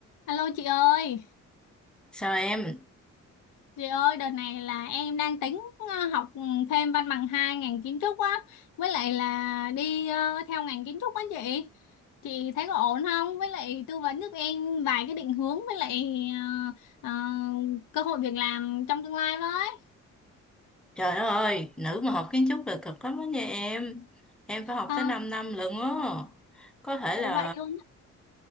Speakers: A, on the left; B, in the centre.
A: Alo chị ơi,
B: Sao em?
A: chị ơi đợt này là em đang tính ờ, học thêm văn bằng hai ngành kiến trúc á, với lại là đi ờ, theo ngành kiến trúc á chị. Chị thấy có ổn không? Với lại tư vấn giúp em vài cái định hướng với lại ờ, ờ, cơ hội việc làm trong tương lai với.
B: Trời đất ơi, nữ mà học kiến trúc là cực lắm đó nha em. Em phải học
A: Ờ,
B: tới 5 năm lận á. Có thể
A: ủa
B: là
A: vậy luôn,